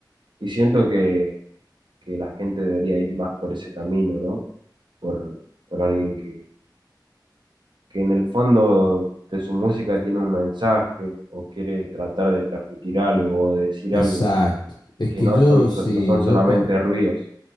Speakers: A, on the right; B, on the left.
A: Y siento que, que la gente debería ir más por ese camino, ¿no? Por, por alguien que, que en el fondo de su música tiene un mensaje o quiere tratar de transmitir algo o de decir
B: Exacto.
A: algo,
B: Es
A: que
B: que
A: no
B: yo,
A: son,
B: sí,
A: so- no son solamente
B: yo, pe-
A: ruidos.